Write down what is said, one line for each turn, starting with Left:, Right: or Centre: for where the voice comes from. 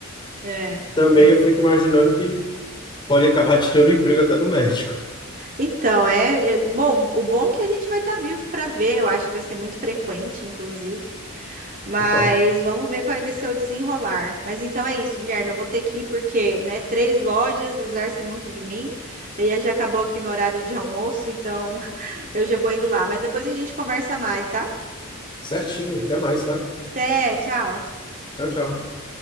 Right: É,
Left: Também
Right: é.
Left: eu fico imaginando que pode acabar <laughs> tirando o emprego até do médico.
Right: Então, é, é- bom. O bom é que a gente vai estar vivo para ver. Eu acho que vai ser muito frequente, inclusive. Mas
Left: Não pode.
Right: vamos ver qual vai ser o desenrolar. Mas então é isso, Guilherme. Eu vou ter que ir porque, né, três lojas exercem muito de mim. E aí já acabou aqui meu horário de almoço, então <laughs> eu já vou indo lá. Mas depois a gente conversa mais, tá?
Left: Certinho, até mais, tá?
Right: Até, tchau.
Left: Tchau, tchau.